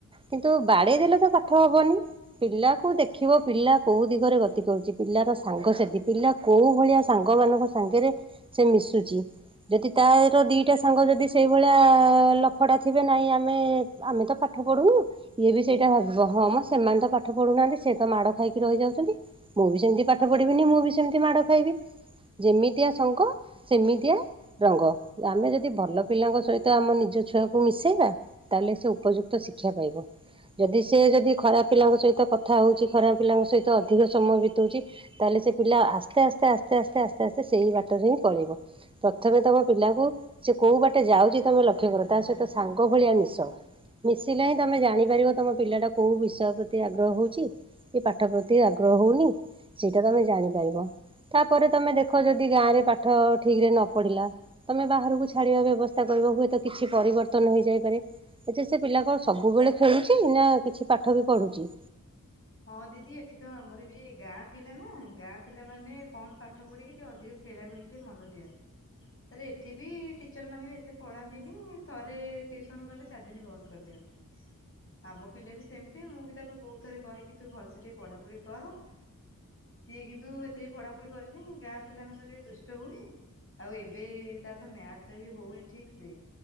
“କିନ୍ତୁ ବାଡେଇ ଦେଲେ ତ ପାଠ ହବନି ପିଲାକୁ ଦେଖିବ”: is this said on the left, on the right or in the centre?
Right